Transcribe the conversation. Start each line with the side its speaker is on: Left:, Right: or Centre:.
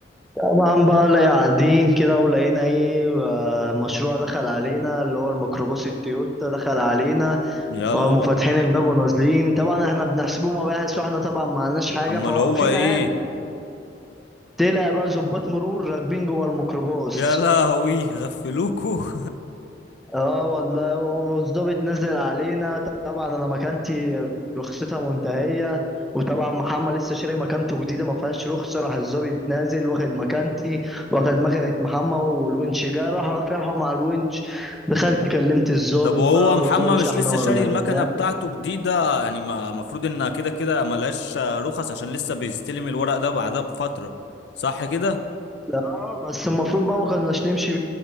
Centre: طبعا بقى لا قاعدين كده ولقينا ايه آه، مشروع دخل علينا اللي هو الميكروباص التويوتا دخل علينا
Left: يلا
Centre: وهم فاتحين الباب ونازلين طبعا احنا بنحسبه مباحث واحنا طبعا معناش حاجة
Left: امال
Centre: فواقفين
Left: هو ايه
Centre: عادي طلع بقى ظباط مرور راكبين جوه الميكروباص
Left: يا لهوي غفلوكوا <laughs>
Centre: اه والله هو والظابط نزل علينا طبعا انا مكانتي رخصتها منتهيه وطبعا محمد لسه شاري مكانته جديده ما فيهاش رخصه راح الظابط نازل واخد مكانتي واخد مكنه محمد والونش جه راح رافعهم على الونش دخلت كلمت الظابط
Left: طب وهو
Centre: بقى
Left: محمد
Centre: قلت له يا باشا
Left: مش
Centre: احنا
Left: لسه
Centre: ولاد
Left: شاري المكنة بتاعته جديدة يعني ما المفروض انها كده كده ملهاش رخص عشان لسه بيستلم الورق ده بعدها بفترة صح كده؟
Centre: اه بس المفروض بقى ما كناش نمشي